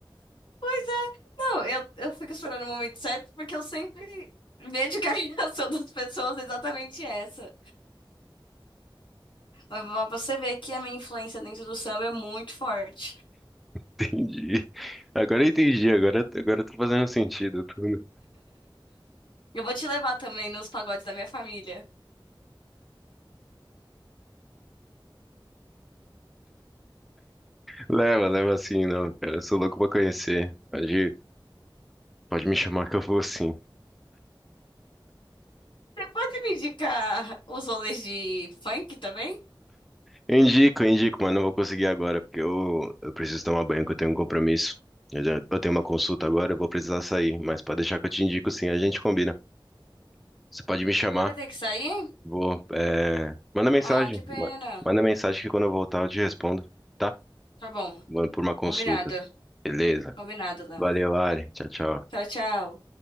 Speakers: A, on the left (about 70°); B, in the centre.
A: Pois é. Não, eu, eu fico esperando o momento certo porque eu sempre vejo que a <laughs> reação das pessoas é exatamente essa. Mas pra você ver que a minha influência dentro do samba é muito forte.
B: Entendi. Agora eu entendi, agora, agora tá fazendo sentido tudo.
A: Eu vou te levar também nos pagodes da minha família.
B: Leva, leva sim, não, cara. Eu sou louco pra conhecer. Pode, pode me chamar que eu vou sim.
A: Você pode me indicar os rolês de funk também?
B: Eu indico, eu indico, mas não vou conseguir agora, porque eu, eu preciso tomar banho, que eu tenho um compromisso. Eu, já- eu tenho uma consulta agora, eu vou precisar sair, mas pode deixar que eu te indico sim, a gente combina. Você pode me chamar,
A: Você vai ter que sair?
B: vou. é, Manda mensagem,
A: Ah, que pena.
B: ma- manda mensagem que quando eu voltar eu te respondo, tá?
A: Tá bom.
B: Vou por uma consulta.
A: Combinado.
B: Beleza.
A: Combinado, Léo.
B: Valeu, Ari. Tchau, tchau.
A: Tchau, tchau.